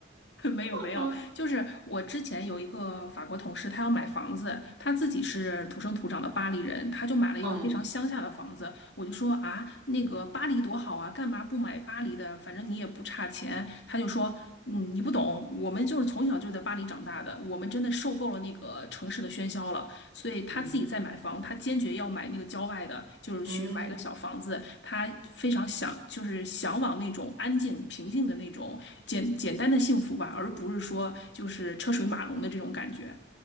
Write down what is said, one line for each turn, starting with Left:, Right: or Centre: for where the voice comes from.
Left: <laughs> 没有没有，
Right: 嗯
Left: 就是我之前有一个法国同事，他要买房子，他自己是土生土长的巴黎人，他就买了一个非常乡下的房子。
Right: 嗯
Left: 我就说啊，那个巴黎多好啊，干嘛不买巴黎的？反正你也不差钱。他就说，嗯，你不懂，我们就是从小就在巴黎长大的。呃我们真的受够了那个城市的喧嚣了，所以他自己在买房，
Right: 嗯。
Left: 他坚决要买那个郊外的，就是去买个小房子，
Right: 嗯
Left: 他非常想，就是向往那种安静、平静的那种简简单的幸福吧，而不是说就是车水马龙的这种感觉。